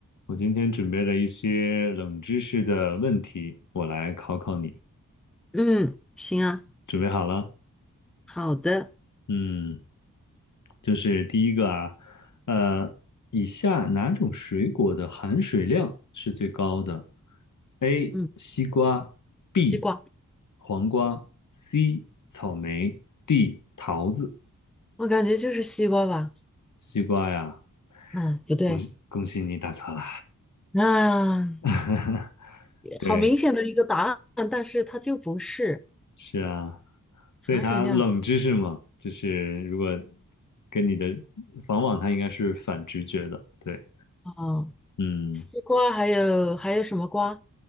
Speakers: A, on the left; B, in the centre.
A: 我今天准备了一些冷知识的问题，我来考考你。
B: 嗯，行啊，
A: 准备好了？
B: 好的，
A: 嗯，就是第一个啊，呃，以下哪种水果的含水量是最高的？A.
B: 嗯，
A: 西瓜 B.
B: 西瓜，
A: 黄瓜 C. 草莓 D. 桃子。
B: 我感觉就是西瓜吧，
A: 西瓜呀，
B: 嗯，不对，
A: 恭喜恭喜你答错了。
B: 啊，
A: <laughs> 对，
B: 好明显的一个答案，但是它就不是
A: 是啊。所以它冷知识嘛，
B: 含水量
A: 就是如果跟你的往往它应该是反直觉的，对，
B: 哦，
A: 嗯，
B: 西瓜还有还有什么瓜？